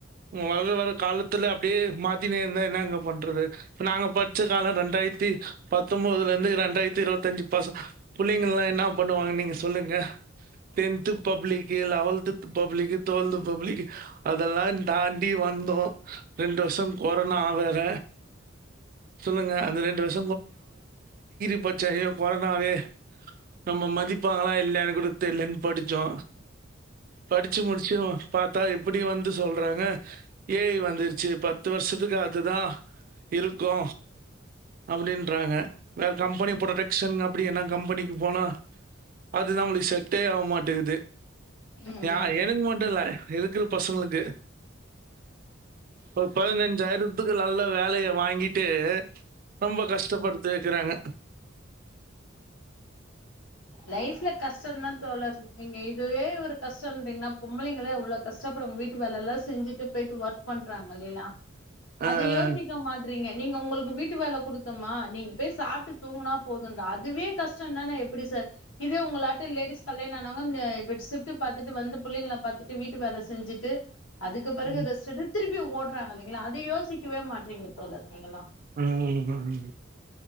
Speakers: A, on the right (about 45°); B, on the left (about 80°).
A: வர வர காலத்துல அப்டியே மாத்தினே இந்தா என்னங்க பண்றது இப்ப நாங்க படுச்ச காலோ ரெண்டாயிரத்தி பத்தொம்போதுல இருந்து ரெண்டாயிரத்தி இருவத்தஞ்சு பசங் புள்ளேங்களா என்னா பண்ணுவாங்க நீங்க சொல்லுங்க டென்த் பப்ளிக்கு லெவல்த்து பப்ளிக்கு டுவெல்த்து பப்ளிக்கு அதெல்லாந் தாண்டி வந்தோ ரெண்டு வருஷோ கொரோனா வேற சொல்லுங்க அந்த ரெண்டு வருஷ் இப்ப சைனா கொரோனாவே நம்ம மதிப்பாங்களா இல்லயானுக்கூட தெர்லன்னு படிச்சோ படுச்சு முடிச்சு பாத் தா இப்டி வந்து சொல்றாங்க ஏ ஐ வந்துருச்சு பத்து வருஷத்துக்கு அதுதா இருக்கூ அப்டின்றாங்க வேற கம்பெனி
B: ம்
A: ப்ரொடெக்க்ஷன் அப்டி என்னா கம்பெனிக்கு போனா அது நம்மளுக்கு செட்டே ஆகமாட்டேங்குது
B: ம்
A: யா
B: ம்
A: எனக்கு மட்டு இல்ல இருக்கிற பசங்ளுக்கு ஒரு பதினஞ்சாயிரத்துக்கு
B: ம்
A: நல்ல வேலைய வாங்கிட்டு ரொம்ப
B: ம்
A: கஷ்டப்படுத்து வெக்கிறாங்க
B: லைவ்ல கஷ்டந்தா தோழரு நீங்க இதுவே ஒரு கஷ்டோன்றீங்னா பொம்பளைங்களா எவ்ளோ கஷ்டப்படு வீட்டு வேல எல்லா செஞ்சுட்டு போயிட்டு ஒர்க் பண்றாங்க இல்லேளா
A: அ.
B: அது யோசிக்க மாட்றீங்க நீங்க உங்களுக்கு வீட்டு வேல குடுத்தம்மா நீங்க போய் சாப்ட்டு தூங்குனா போதுன்தா அதுவே கஷ்டோனா நா எப்பிடி சார் இதே உங்கள ஆட்டு லேடிஸ் கல்யாண ஆனவங்க ன இப்டி சிப்ட் பாத்துட்டு வந்து புள்ளைங்கள பாத்துட்டு வீட்டு வேல செஞ்சுட்டு அதுக்கு பிறகு
A: ம்
B: ரெஸ்ட்டெடு திருப்பி ஓடறாங்க இல்லைங்களா அதை யோசிக்கவே மாட்றீங்க தோழர் நீங்கெல்லா
A: ஆஹ் ஆஹ்